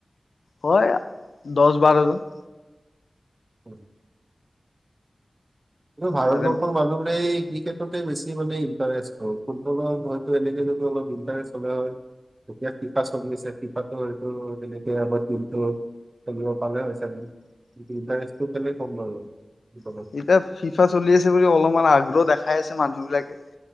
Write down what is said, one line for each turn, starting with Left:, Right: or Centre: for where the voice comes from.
Left: হয় দহ বাৰজন।
Right: উ। কিয় ভাৰতবৰ্ষৰ
Left: তাৰে
Right: মানুহবোৰে এই ক্ৰিকেটতে বেছি মানে ইণ্টাৰেষ্ট ফুটবলত হয়তো এনেকে যদি অলপ ইণ্টাৰেষ্ট হ'লে হয় তেতিয়া ফিফা চলি আছে ফিফাটো হয়তু তেনেকে আমাৰ টিমটো খেলিব পালে হয় চাগে। ইণ্টাৰেষ্টটো কেলে কম বাৰু। অ
Left: এতিয়া
Right: অ।
Left: ফিফা চলি আছে বুলি অলপমান আগ্ৰহ দেখাই আছে মানুহ বিলাকে